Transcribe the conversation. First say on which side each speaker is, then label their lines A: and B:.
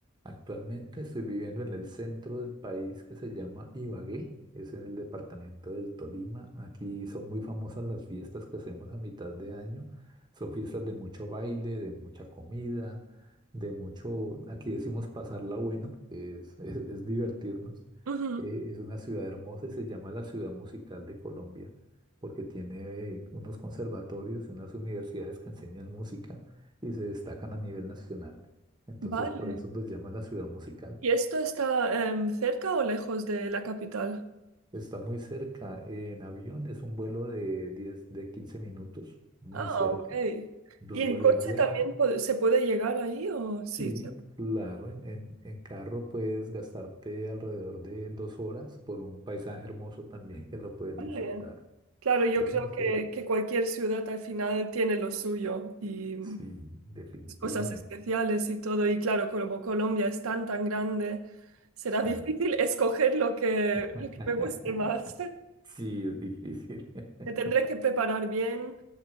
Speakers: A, on the right; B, on the right.
A: Actualmente estoy viviendo en el centro del país que se llama Ibagué, es en el departamento del Tolima. Aquí son muy famosas las fiestas que hacemos a mitad de año. Son fiestas de mucho baile, de mucha comida, de mucho, aquí decimos pasarla bueno, que es, <laughs> es- es divertirnos.
B: Ujú,
A: Eh, es una ciudad hermosa y se llama la Ciudad Musical de Colombia porque tiene unos conservatorios y unas universidades que enseñan música y se destacan a nivel nacional. Entonces,
B: Vale.
A: por eso nos llaman la ciudad musical.
B: ¿Y esto está em, cerca o lejos de la capital?
A: Está muy cerca, eh, en avión es un vuelo de 10, de 15 minutos, muy
B: Ah,
A: cerca.
B: ok.
A: Dos
B: ¿Y en
A: vuelos
B: coche
A: diarios.
B: también po- se puede llegar ahí o sí?
A: Sí,
B: se
A: claro, en, en, en carro puedes gastarte alrededor de dos horas por un paisaje hermoso también que lo puedes
B: puede?
A: disfrutar.
B: Claro, yo
A: Es
B: creo
A: muy cerca.
B: que, que cualquier ciudad al final tiene lo suyo y
A: Sí, definitivamente.
B: cosas especiales y todo. Y claro, como Colombia es tan, tan grande, será
A: Sí.
B: difícil escoger lo que,
A: <laughs>
B: lo que me guste más. <laughs>
A: Sí, es difícil. <laughs>
B: Me tendré que preparar bien